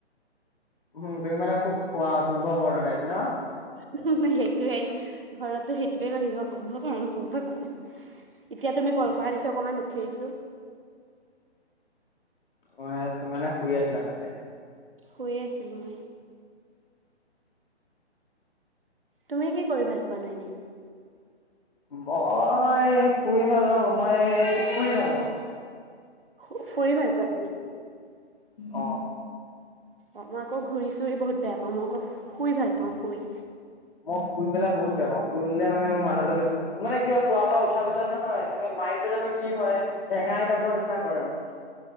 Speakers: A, on the left; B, on the right.
A: উম, তুমি মানে খুব শুৱা কুম্ভ কৰ্ণ টাইপ ন'।
B: সেইটোৱেই, ঘৰতো সেইটোৱে ভাবিব কুম্ভকৰ্ণ, কুম্ভকৰ্ণ। এতিয়া তুমি কল কৰা দেখি অকমান উঠি আহিছোঁ।
A: অ' <unintelligible> মানে শুই আছিলা নহ'লে।
B: শুইয়ে আছিলোঁ মই। তুমি কি কৰি ভাল পোৱা ন' এনেই?
A: মই শুই ভাল নাপাওঁ, মই ফুৰি ভাল পাওঁ।
B: ফুৰি ভাল পোৱা তুমি?
A: অ
B: অ' মই আকৌ ঘূৰি চুৰি বহুত বেয়া পাওঁ, মই আকৌ শুই ভাল পাওঁ শুই।
A: মই শুই পেলাই বহুত বেয়া পাওঁ, শুই উঠলে মানে মোৰ মাথাটো বেয়া মানে কি হয় শুৱাৰ পৰা উঠাৰ পিছত নহয় মানে মাইণ্ডটো জানো কি হয়, হেঙা এটাবৰ নিচিনা গৰম হয়।